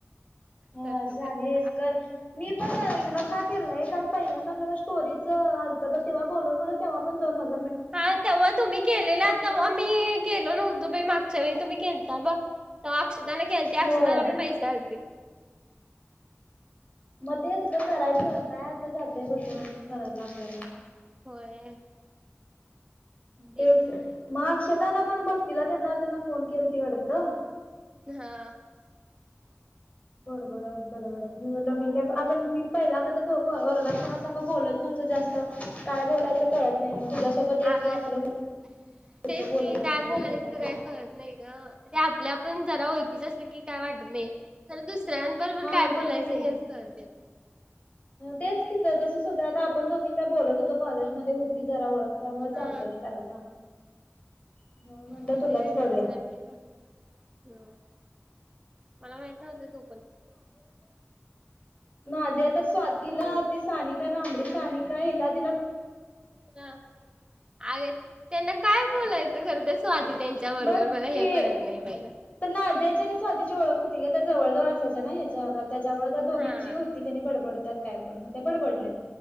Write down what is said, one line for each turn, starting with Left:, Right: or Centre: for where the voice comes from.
Left: हा
Right: करतो
Left: शहाणी
Right: करतो
Left: एस कर मी पण का केलं नाही कारण पहिल्यांदा आपल्याला स्टोरीच आलत, तेव्हा बोलून बोलून तेव्हा पण दोन हजा
Right: हा तेव्हा तुम्ही केलेला
Left: मला
Right: तेव्हा मी केलो नव्हतो बई माग च्या वेळी तुम्ही केलता बग तेव्हा अक्षदानी केलते
Left: होय
Right: अक्षदा ला पण पैसे आलते.
Left: मग तेच ग करायचं काय आता जातय बसून बसून करायला आपल्याला.
Right: होय. ते
Left: तेच
Right: पण
Left: म
Right: आहे
Left: अक्षत निघताना पण भक्तीला त्यांना त्यांना फोन केलती वाटतं वाटतं.
Right: हा.
Left: बड बड बड बड मी म्हणलं मी काय आज मी पहिला कता खोखो वर्गात कोणा संग बोलत नव्हतो जास्त. काय बोलायचं कळत नाही मग. तुझ्यासोबत एक
Right: आर
Left: आपलं
Right: तेच
Left: होत
Right: कि
Left: बोलत होत
Right: काय
Left: म्हणून
Right: बोलायचं
Left: मग बाकी
Right: काही कळत नाही ग ते आपल्या आपण जरा ओळखीचा असल की काय वाटत नाही. तर दु इतरां बरोबर
Left: हा
Right: काय
Left: तेच
Right: बोलायचं
Left: की
Right: हेच कळते
Left: तेच किती तसच होतंय आता पण दोघी काय बोलत होतो कॉलेजमध्ये होती जरा ओळख त्यामुळे चालतंय
Right: हा
Left: करायला म्हणून म्हटलं
Right: उे
Left: तुलाच
Right: व
Left: करूया
Right: दुसऱ म ह मला माहित नव्हतं तु
Left: नाझिया तर स्वातीला
Right: हम्म.
Left: ते सानिका लांबडी सानिका हिला स्वाती
Right: अगे त्यांना काय बोलायचं <unintelligible> बरोबर
Left: बघ
Right: मला हे
Left: की <unintelligible>
Right: कळत नाही बाईला.
Left: आणि स्वातीची ओळख होती त्या जवळजवळ असायच्या ना ह्या <inaudible> त्याच्यामुळे त्या दोघीची
Right: हा.
Left: होती की नाही बडबड त्यात काय पण त्या बडबडल्या